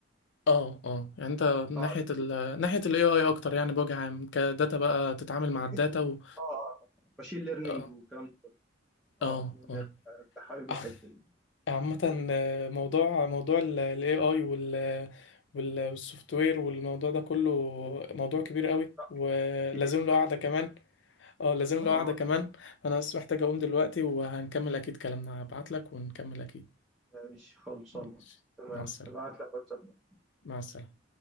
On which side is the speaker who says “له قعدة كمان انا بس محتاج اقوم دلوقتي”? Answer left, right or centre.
Left